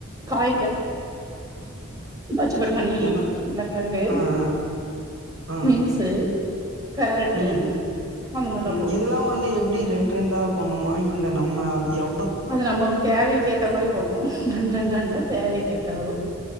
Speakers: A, on the right; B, on the right.
A: காய்ந்த பச்சப்பட்டாணி
B: என்ன
A: உருளக்கெழங்கு
B: ஆ ஆ ஆ
A: பீன்ஸு கேரட்டு
B: ம்
A: அந்த மாரிலா
B: ம்
A: போடுவோ
B: இதெல்லா வந்து எப்டி ரெண்டு ரெண்டா போண்ணுமா இல்ல நம்ம எவ்
A: அது நம்மக்கு தேவைக்கு ஏத்த மாரி போடுனு ரெண்டு ரெண்டான் இல்ல தேவைக்கு ஏத்த அளவு